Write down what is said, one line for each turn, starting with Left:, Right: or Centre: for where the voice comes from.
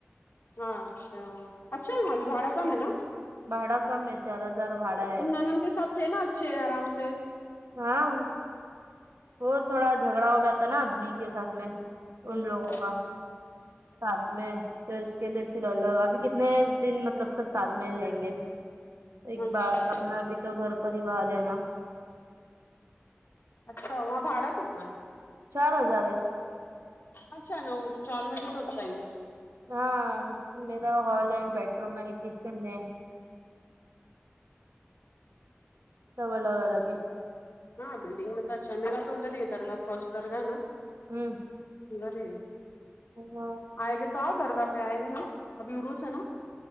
Left: ہاں اچھا اچھا ہے وہاں بھی بھاڑا کم ہے نا
Right: بھاڑا کم ہے چار ہزار بھاڑا ہے
Left: تم نانند کے ساتھ تھے نا اچھے آرام سے
Right: ہاں وہ تھوڑا جھگڑا ہو گیا تھا نا آدمی کے ساتھ میں ان
Left: ہوں
Right: لوگوں کا ساتھ میں تو اس کے لیے پھر الگ ابھی کتنے دن مطلب سب ساتھ میں ہی رہیں گے ایک
Left: اچھا
Right: بات اپنا بھی تو گھر پریوار ہے نا
Left: اچھا وہاں بھاڑا کتنا ہے
Right: چار ہزار ہے
Left: اچھا ہے نا وہ چال میں بھی تو اتنا ہی ہے
Right: ہاں میرا ہال ہے بیڈ روم ہے کچن ہے سب الگ الگ ہے
Left: ہاں بلڈنگ میں تو اچھا ہے میرا تو ادھر ہی درگاہ فرسٹ درگاہ ہے نا
Right: ہوں
Left: ادھر ہی ہے
Right: ہاں
Left: آئے گے تو آؤ درگاہ پہ آئے گا نا ابھی عروس ہے نا